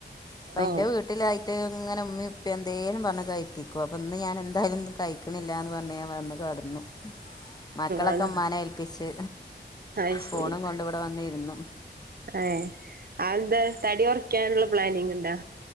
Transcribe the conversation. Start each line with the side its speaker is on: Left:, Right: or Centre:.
Left: അപ്പ
Right: ഓഹ്
Left: എന്റെ വീട്ടിലായിട്ട് ഇങ്ങനെ ഉമ്മി ഉപ്പ എന്തേലും പറഞ്ഞ് കഴിപ്പിക്കും അപ്പൊ ഇന്ന് ഞാൻ എന്തായാലും കഴും ക്ക്ണില്ലാന്ന് പറഞ്ഞു ഞാൻ വന്ന് കടന്നു മക്കളൊക്കെ
Right: ആണോ
Left: ഉമ്മാനെ ഏൽപ്പിച്ച്
Right: അത്
Left: ഫോണും
Right: ശരി
Left: കൊണ്ടുവിട വന്നിരുന്നു
Right: ഏഹ് അന്താ തടി ഉറക്കാനുള്ള പ്ലാനിങ് ഉണ്ടാ